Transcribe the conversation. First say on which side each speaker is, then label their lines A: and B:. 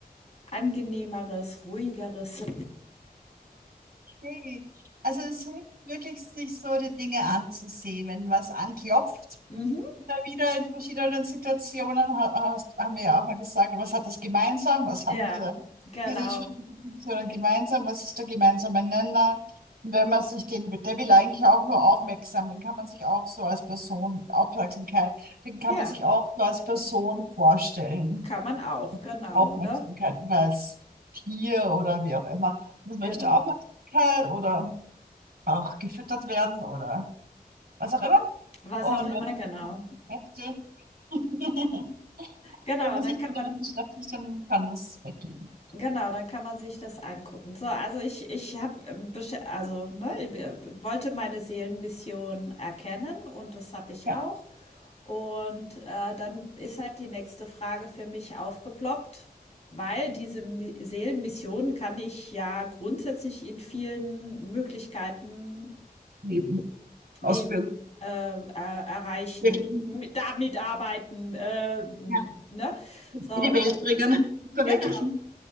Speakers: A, on the left; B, on the right.
A: angenehmeres, ruhigeres.
B: Okay. Also es hilft wirklich, sich so die Dinge anzusehen, wenn was anklopft.
A: Mhm.
B: immer wieder in verschiedenen Situationen ha- hast, haben wir ja auch mal gesagt, was hat das gemeinsam? Was haben
A: Ja,
B: diese,
A: genau.
B: diese Situationen gemeinsam? Was ist der gemeinsame Nenner? Und wenn man sich den, der will eigentlich auch nur aufmerksam, den kann man sich auch so als Person, Aufmerksamkeit, den kann
A: Ja,
B: man sich auch nur als Person vorstellen.
A: kann man auch, genau,
B: Aufmerksamkeit
A: ne?
B: oder als Tier oder wie auch immer. Das möchte
A: Genau.
B: Aufmerksamkeit oder auch gefüttert werden oder was auch immer.
A: Was
B: Und
A: auch immer,
B: wenn
A: genau.
B: man möchte, <laughs>
A: Genau,
B: Und was
A: und dann
B: ich
A: kann
B: dann
A: man
B: damit beschäftigt, dann kann das weggehen.
A: Genau, dann kann man sich das angucken. So, also ich, ich habe, also ne, wir- wollte meine Seelenmission erkennen und das habe ich
B: Ja.
A: auch. Und äh, dann ist halt die nächste Frage für mich aufgeploppt, weil diese Mi Seelenmission kann ich ja grundsätzlich in vielen Möglichkeiten
B: Leben
A: leben,
B: ausführen.
A: äh, er- erreichen,
B: Wirklichen.
A: mit- damit arbeiten, äh, ne?
B: Ja.
A: So,
B: In die
A: und,
B: Welt bringen, <laughs> verwirklichen.
A: genau.